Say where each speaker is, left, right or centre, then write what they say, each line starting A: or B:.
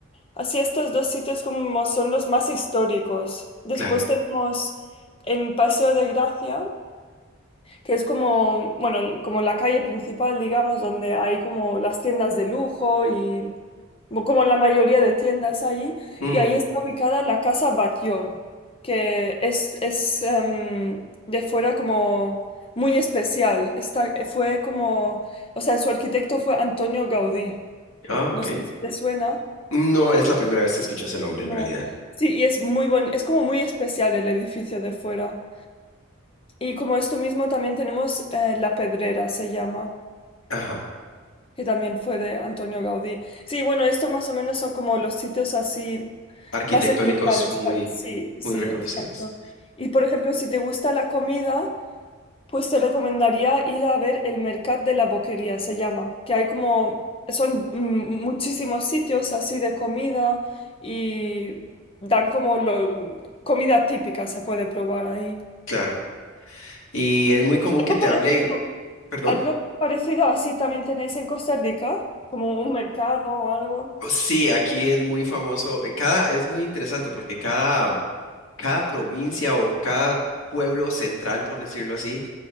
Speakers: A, on the left; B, on the left.
A: Así estos dos sitios como son los más históricos. Después
B: Claro.
A: tenemos en Paseo de Gracia. que es como, bueno, como la calle principal, digamos, donde hay como las tiendas de lujo y mo- como la mayoría de tiendas ahí,
B: Ujú.
A: y ahí está ubicada la Casa Batlló, que es, es em, de fuera como muy especial. Está, eh, fue como, o sea, su arquitecto fue Antonio Gaudí.
B: Ah,
A: No
B: ok.
A: sé si te suena.
B: No es la primera vez que escucho ese nombre
A: No.
B: en realidad.
A: Sí, y es muy bonito, es como muy especial el edificio de fuera. Y como esto mismo también tenemos eh, La Pedrera, se llama.
B: Ajá.
A: que también fue de Antonio Gaudí. Sí, bueno, esto más o menos son como los sitios así
B: Arquitectónicos
A: más especiales.
B: muy,
A: Ah, Sí, sí,
B: muy reconocidos.
A: exacto. Y por ejemplo, si te gusta la comida, pues te recomendaría ir a ver el Mercat de la Boquería, se llama, que hay como, son mm, muchísimos sitios así de comida y dan como lo- comida típica, se puede probar ahí.
B: Claro. Y es muy común
A: Algo
B: que te
A: parecido,
B: hablen, perdón.
A: algo parecido así también tenéis en Costa Rica, como un mercado o algo.
B: Sí, aquí es muy famoso. eh, Cada, es muy interesante porque cada cada provincia o cada pueblo central, por decirlo así,